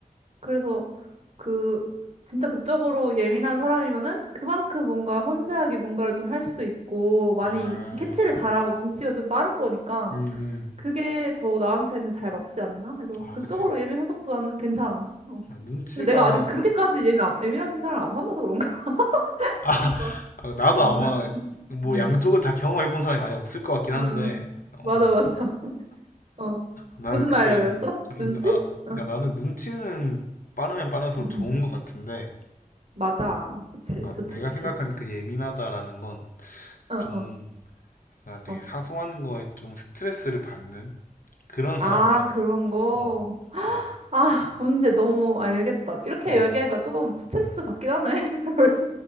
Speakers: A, on the right; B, on the left.
A: 그래서 그, 진짜 극적으로 예민한 사람이면은 그만큼 뭔가 섬세하게 뭔가를 좀 할 수 있고, 많이
B: 아,
A: 좀 캐치를 잘하고 눈치가 좀 빠른 거니까.
B: 음, 음.
A: 그게 더 나한테는 잘 맞지 않나? 그래서
B: 아,
A: 그쪽으로
B: 그치.
A: 예민한 것도 나는 괜찮아. 어.
B: 눈치가,
A: 근데 내가 아직 그렇게까지 예민, 안- 예민한 사람을 안 만나서 그런가? <laughs>
B: 아, 아, 나도
A: 음,
B: 아마
A: 눈, 눈,
B: 뭐
A: 음,
B: 양쪽을 다 경험해본 사람이 많이 없을 것 같긴 한데,
A: 응..
B: 어,
A: 맞아, 맞아. 어,
B: 나는
A: 무슨
B: 그때
A: 말 하려고 그랬어?
B: 좀 힘들,
A: 눈치?
B: 아,
A: 어,
B: 그러니까 나는 눈치는 빠르면 빠를수록
A: 응
B: 좋은
A: 응
B: 것 같은데,
A: 맞아. 그치,
B: 뭔가
A: 좋지,
B: 내가
A: 좋지.
B: 생각한 그 예민하다라는 건
A: 어,
B: 좀,
A: 어,
B: 그러니까 되게
A: 어.
B: 사소한 거에 좀 스트레스를 받는? 그런
A: 아,
B: 사람을 말하는
A: 그런
B: 거야.
A: 거.
B: 어, 어,
A: 아, 문제 너무 알겠다. 이렇게
B: 어.
A: 얘기하니까 조금 스트레스 받긴 하네. <laughs> 벌써.